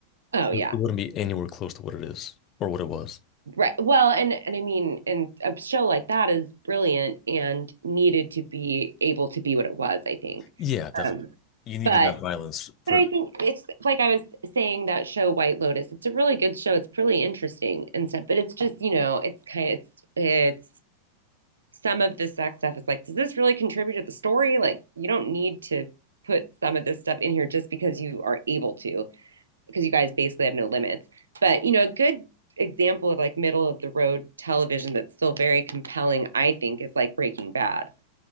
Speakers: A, on the right (about 70°); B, on the left (about 30°).
A: Oh yeah.
B: it wouldn't be anywhere close to what it is or what it was.
A: Right. Well, and and I mean, and a show like that is brilliant and needed to be able to be what it was, I think.
B: Yeah, definitely.
A: Um,
B: You needed
A: but
B: that violence for
A: But I think it's like I was saying that show White Lotus. It's a really good show. It's really interesting and stuff. But it's just, you know, it's kind of it's it's some of the sex stuff is like, does this really contribute to the story? Like, you don't need to put some of this stuff in here just because you are able to, because you guys basically have no limits. But, you know, a good example of like middle of the road television that's still very compelling, I think, is like Breaking Bad.